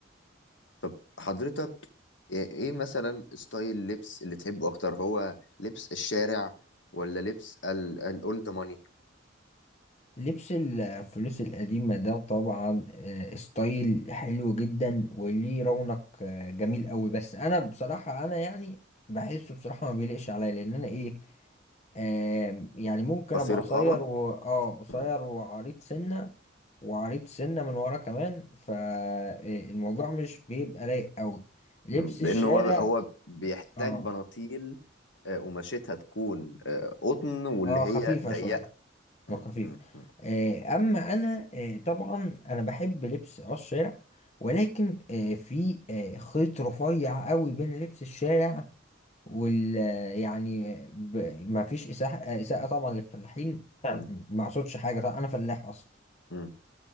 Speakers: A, on the left; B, on the left.
A: طب حضرتك إيه إيه مثلا ستايل لبس اللي تحبه أكتر هو لبس الشارع ولا لبس الأولد ماني
B: لبس الفلوس القديمة ده طبعا آه، ستايل حلو جدا وليه رونق آه، جميل قوي بس انا بصراحة انا يعني بحسه بصراحة ما بيليقش عليا لان انا ايه آم، يعني ممكن
A: قصير
B: ابقى قصير
A: القامة
B: و اه قصير
A: مم.
B: وعريض سنة وعريض سنة من ورا كمان فالموضوع مش بيبقى لايق قوي لبس
A: مم. لأن
B: الشارع
A: هو هو بيحتاج
B: اه
A: بناطيل آه، قماشتها تكون آه، قطن واللي
B: اه
A: هي
B: خفيفة
A: ضيقة
B: شوية
A: م-
B: وخفيف
A: م- م-
B: آه، اما انا آه، طبعا انا بحب لبس آه الشارع ولكن آه، في آه، خيط رفيع قوي بين لبس الشارع وال آه، يعني ب... ما فيش اساءه آه، إساءة طبعا للفلاحين نعم.
A: م-
B: ما اقصدش حاجه طبعا انا فلاح اصلا
A: م.